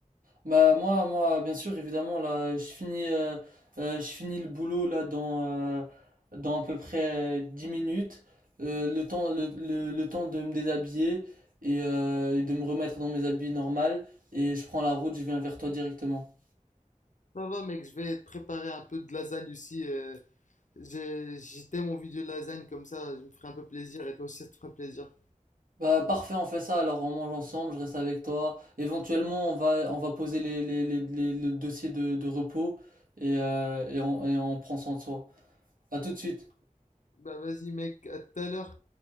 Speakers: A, on the right (about 85°); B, on the left (about 65°).
A: Bah moi moi bien sûr évidemment là je finis euh, euh, je finis le boulot là dans euh, dans à peu près euh, 10 minutes Euh, le temps le, le, le temps de me déshabiller et, euh, et de me remettre dans mes habits normaux et je prends la route, je viens vers toi directement.
B: Ça va, mec, je vais te préparer un peu de lasagne aussi. euh, j'ai j'ai tellement envie de lasagne comme ça, je me ferai un peu plaisir et toi aussi ça te ferait plaisir.
A: Bah parfait, on fait ça. Alors on mange ensemble, je reste avec toi. Éventuellement, on va on va poser les les les, les- le dossier de, de repos et euh, et on et on prend soin de soi. À tout de suite.
B: Bah, vas-y, mec, à tout à l'heure.